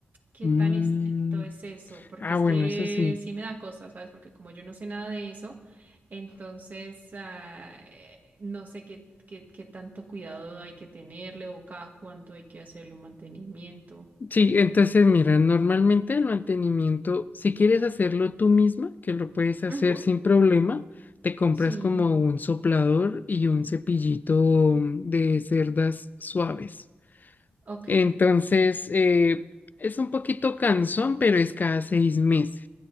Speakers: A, on the right; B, on the left.
A: ¿qué
B: Mm,
A: tan estricto es eso? Porque
B: Ah,
A: es
B: bueno,
A: que
B: eso sí.
A: sí me da cosa, ¿sabes? Porque como yo no sé nada de eso, entonces ah, eh, no sé qué, qué, qué tanto cuidado hay que tenerle o cada cuánto hay que hacerle un mantenimiento.
B: Sí, entonces mira, normalmente el mantenimiento, si quieres hacerlo tú misma, que lo puedes hacer
A: Ujú,
B: sin problema, te compras
A: Sí,
B: como un soplador y un cepillito de cerdas suaves.
A: ok.
B: Entonces, eh, es un poquito cansón, pero es cada seis meses.